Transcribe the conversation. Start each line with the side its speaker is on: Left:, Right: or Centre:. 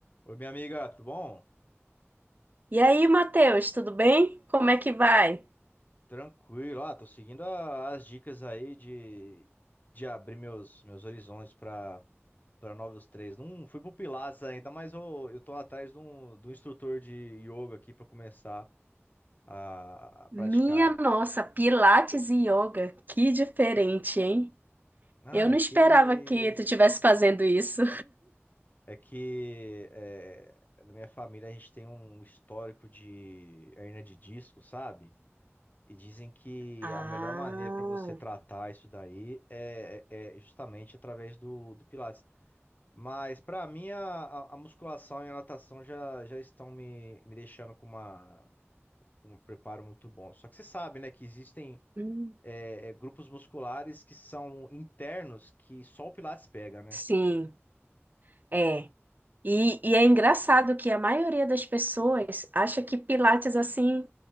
Left: Oi, minha amiga, tudo bom?
Right: E aí, Matheus, tudo bem? Como é que vai?
Left: Tranquilo, ah, tô seguindo a- as dicas aí de, de abrir meus, meus horizontes para para novos treinos. Não fui pro Pilates ainda, mas eu, eu tô atrás de um, de um instrutor de yoga aqui para começar a, a praticar.
Right: Minha nossa, Pilates e yoga, que diferente, hein?
Left: Ah,
Right: Eu não
Left: é que
Right: esperava que tu estivesse fazendo isso.
Left: é que é, na minha família a gente tem um histórico de hernia de disco, sabe? E dizem que
Right: Ah,
Left: a melhor maneira para você tratar isso daí é, é- é justamente através do, do Pilates. Mas para mim, a, a- a musculação e a natação já, já estão me, me deixando com uma, com um preparo muito bom. Só que você sabe, né, que existem
Right: hum,
Left: é, é, grupos musculares que são internos que só o Pilates pega, né?
Right: sim, é. E, e é engraçado que a maioria das pessoas acha que Pilates, assim,